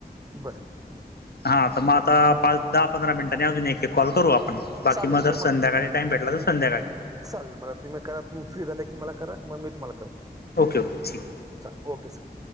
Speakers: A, on the right; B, on the left.
A: बस.
B: हा तर मग आता पाच, दहा, पंधरा मिनिटांनी अजून एक, एक कॉल करू आपण बाकी
A: चालेल
B: मग
A: सर.
B: जर संध्याकाळी. टाम भेटला तर संध्याकाळी.
A: चालेल मला तुम्ही करा तुम्ही फ्री झालं की मला करा मग मी तुम्हाला करतो.
B: ओके ओे ठीक.
A: अच्छा ओके सर.